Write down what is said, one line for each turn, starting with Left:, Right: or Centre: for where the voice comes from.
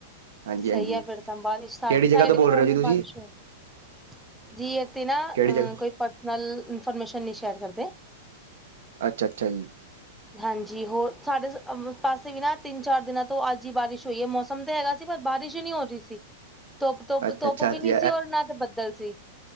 Right: ਹਾਂਜੀ
Centre: ਸਈ
Right: ਹਾਂਜੀ
Centre: ਐ ਫ਼ਿਰ ਤਾਂ, ਬਾਰਿਸ਼ ਸਾਡੇ
Right: ਕਿਹੜੀ ਜਗ੍ਹਾ
Centre: ਸਾਈਡ
Right: ਤੋਂ ਬੋਲ
Centre: ਵੀ ਹੁਣ
Right: ਰਹੇ ਹੋ ਜੀ
Centre: ਹੀ
Right: ਤੁਸੀਂ
Centre: ਬਾਰਿਸ਼ ਹੋਈ। ਜੀ ਏਤੇ ਨਾ,
Right: ਕਿਹੜੀ
Centre: ਅਹ
Right: ਜਗ੍ਹਾ
Centre: ਕੋਈ ਪਰਸਨਲ ਇਨਫੋਰਮੇਸ਼ਨ ਨਈ ਸ਼ੇਅਰ ਕਰਦੇ।
Right: ਅੱਛਾ-ਅੱਛਾ ਜੀ।
Centre: ਹਾਂਜ ਜੀ ਹੋਰ? ਸਾਡੇ ਅਮ ਪਾਸੇ ਵੀ ਨਾ ਤਿੰਨ, ਚਾਰ ਦਿਨਾਂ ਤੋਂ ਅੱਜ ਈ ਬਾਰਿਸ਼ ਹੋਈ ਏ, ਮੌਸਮ ਤੇ ਹੈਗਾ ਸੀ, ਪਰ ਬਾਰਿਸ਼ ਈ ਨਈ ਹੋ ਰਈ ਸੀ, ਤੁੱਪ-ਤੁੱਪ-ਤੁੱਪ
Right: ਅੱਛਾ ਅੱਛਾ
Centre: ਵੀ ਨੀ
Right: ਜੀ
Centre: ਸੀ, ਔਰ ਨਾ ਤੇ ਬੱਦਲ ਸੀ।